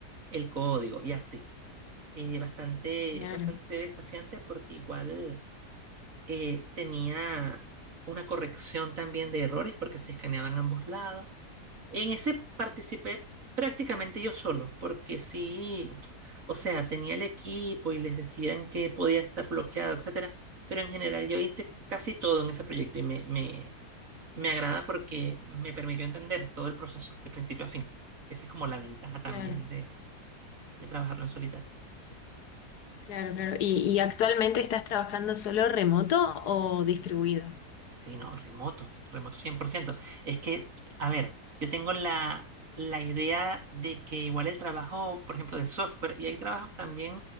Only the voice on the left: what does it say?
claro,
claro,
claro, claro. ¿Y, y actualmente estás trabajando solo remoto o distribuido?